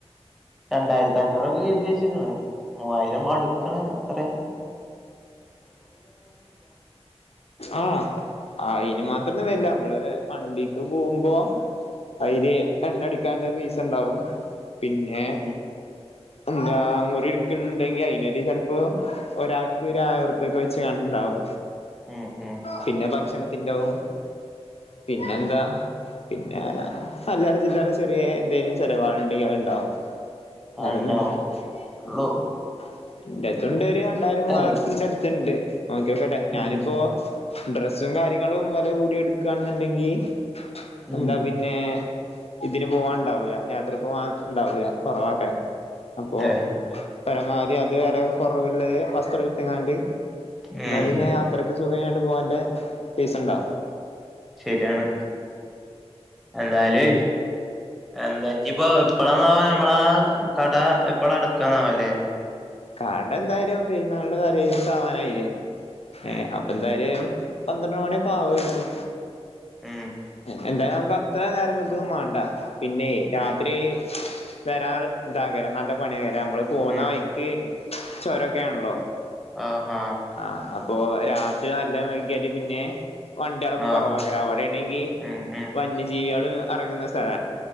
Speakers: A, in the centre; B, on the left.
A: രണ്ടായിര്ത്തഞ്ഞൂറൊക്കെ കെര്ത്യച്ചിക്ക്ണ് മൂവായിരം അടുക്കിണ് അത്രെ
B: ആഹ് ആഹ് ആയ്ന് മാത്രന്ന് വര്ല്ല ഇങ്ങള് വണ്ടിക്ക് പോവുമ്പോ ഐല് എണ്ണടിക്കാൻള്ള പീസണ്ടാവും പിന്നെ
A: ഉം
B: എന്താ മുറി ഇട്ക്കിണിണ്ടെങ്കി അയ്നൊര് ചെൽപ്പോ ഒരാക്ക് രായിരുർപ്യക്കെ വെച്ച് കണ്ട്ണ്ടാവും
A: ഉം ഉം
B: പിന്നെ ഭക്ഷണത്തിന്റവും. പിന്നെന്താ. പിന്നെ അല്ലറ ചില്ലറ ചെറ്യേ എന്തേലും ചെലവാൾ ഇണ്ടെങ്കി അത് ഇണ്ടാവും വേറെന്നുല്ലാ
A: അത്ണ്ടാവും ഉള്ളൂ
B: ആഹ് ന്റെടുത്തുണ്ട് ഒര് രണ്ടായിരം മൂവായുർപ്പിന്റെ
A: എന്താ
B: അട്ത്തിണ്ട് നോക്ക്യോക്കട്ടെ ഞാനിപ്പോ
A: ഉം
B: ഡ്രസ്സും കാര്യങ്ങളും വെല കൂട്യ ഇട്ക്കാണ്ന്ന്ണ്ടെങ്കി
A: ഉം
B: എന്താ പിന്നെ നേ ഇതിന് പോവാൻ ഇണ്ടാവൂല യാത്രക്കോവാൻ ഇണ്ടാവൂല കൊറവാക്കാരം അപ്പോ
A: ഏഹ്
B: പരമാവധി അത് വെല കൊറവുള്ളത് വസ്ത്ര ആണ്ട്
A: ഉം
B: ന്നാ പിന്നെ ആത്രക്ക് സുഖായാണ്ട് പോവാൻല്ലെ പീസണ്ടോ
A: ശെര്യാണ് എന്നാലുവെയ് എന്താ ഇഞ്ഞിപ്പ എപ്പളാന്നാവോ നമ്മളാ കട എപ്പഴാ അടക്കാന്നാവൊ ലേ
B: കട ന്തായാലും പെര്ന്നാളിന്റെ തലേദിവസാവാനായിലെ ഏ
A: ഉം
B: അപ്പ് എന്തായാലും പന്ത്രണ്ട് മണിയൊക്കെ ആവോയിരിക്കും
A: ഉം
B: ഹേ എന്തായാലു നമക്ക് അത്ര നേരം നിക്കൊന്നു മാണ്ട പിന്നെയ് രാത്രി.
A: ഉം
B: വരാത് താകരം നല്ല പണിയാകരം നമ്മള് പോകുന്ന
A: ഉം
B: വഴി. ക്ക് ചൊരൊക്കെണല്ലോ.
A: ആഹ് ആഹ്
B: ആഹ് അപ്പൊ രാത്രി നല്ലോ വഗ്ഗ്യല് പിന്നെ. വണ്ട്യളൊക്കെ
A: ആഹ്
B: കൊറവാക്കരം അവിടെണ്ടെങ്കി
A: ഉം ഉം
B: വന്യജീവ്യള് അറങ്ങ്ന്ന സ്ഥല.